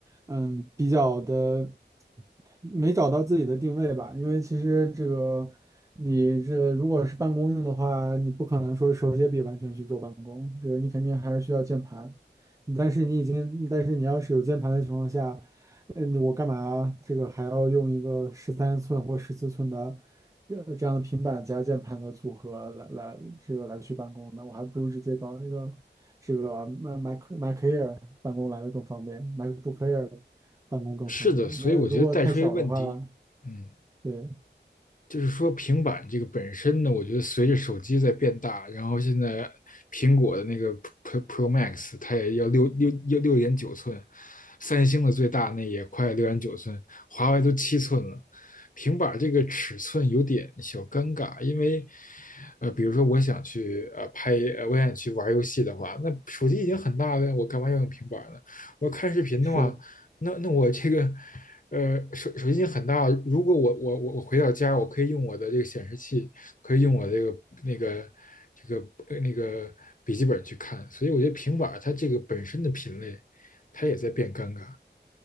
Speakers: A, on the right (about 15°); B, on the left (about 45°).
A: 嗯，比较的。没找到自己的定位吧，因为其实这个你这如果是办公用的话，你不可能说手写笔完全去做办公，这个你肯定还是需要键盘。但是你已经，但是你要是有键盘的情况下，呃，你我干嘛这个还要用一个十三寸或十四寸的这这样的平板加键盘的组合来来这个来去办公呢？我还不如直接搞一个这个 Mac Mac Air 办公来的更方便，MacBook Air 办公更方便。
B: 是的，所以我觉得带出一个问题，
A: 那如果太小的话，
B: 嗯。
A: 对，
B: 就是说平板这个本身呢，我觉得随着手机在变大，然后现在苹果的那个 Pro Pro Max 它也要六六要六点九寸，三星的最大那也快六点九寸，华为都七寸了。平板这个尺寸有点小尴尬，因为，呃，比如说我想去呃拍，呃我想去玩游戏的话，那手机已经很大了，我干嘛要用平板呢？我看视频的话，
A: 是的，
B: 那那我这个呃，手手机已经很大了如果我我我我回到家，我可以用我的这个显示器，可以用我这个那个这个呃那个笔记本去看。所以我觉得平板儿它这个本身的品类，它也在变尴尬。